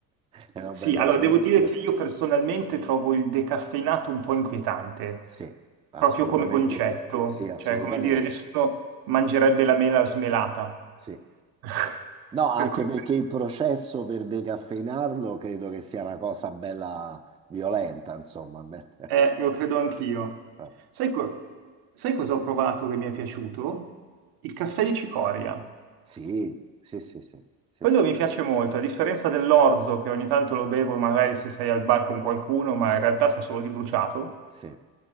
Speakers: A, on the right (about 15°); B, on the right (about 70°).
A: è una
B: Sì,
A: bella
B: allora
A: soluzione.
B: devo dire che io personalmente trovo il decaffeinato un po' inquietante,
A: Sì, assolutamente
B: proprio come concetto,
A: sì. Sì, assolutamente.
B: cioè come dire, nessuno mangerebbe la mela smelata.
A: Sì.
B: <laughs>
A: No, anche
B: Per cui
A: perché il processo per decaffeinarlo credo che sia una cosa bella violenta, insomma. beh.
B: Eh, lo credo anch'io.
A: <laughs>
B: Sai, co- sai cosa ho provato che mi è piaciuto? Il caffè di cicoria.
A: Sì, sì, sì, sì, sì,
B: Quello
A: sì,
B: mi piace molto, a differenza dell'orzo che ogni tanto lo bevo magari se sei al bar con qualcuno, ma in realtà sa solo di bruciato,
A: sì.